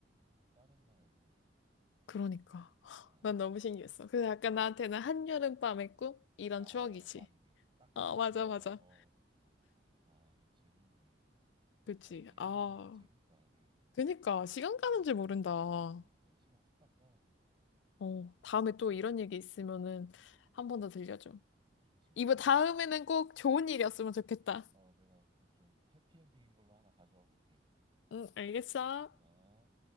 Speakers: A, on the right (about 30°); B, on the left (about 75°).
A: 뭐 다른 나라에서.
B: 그러니까. <laughs>
A: 아,
B: 난 너무 신기했어. 그래서 약간 나한테는 한여름밤의 꿈? 이런
A: 아,
B: 추억이지.
A: 맞네. 딱,
B: 어,
A: 딱
B: 맞아,
A: 그거다.
B: 맞아.
A: 어. 아, 재밌네.
B: 그치.
A: 아, 진짜 이런
B: 아,
A: 얘기하니까 재밌다, 그래도.
B: 그니까. 시간 가는
A: 어,
B: 줄 모른다.
A: 그니까, 시간 후딱 가.
B: 어, 다음에 또 이런 얘기 있으면은 한 번 더 들려줘.
A: 좋지.
B: 이번
A: 다음에도,
B: 다음에는 꼭 좋은 일이었으면 좋겠다.
A: 어, 내가 그 좀 해피엔딩인 걸로 하나 가져와 볼게.
B: 응, 알겠어.
A: 어.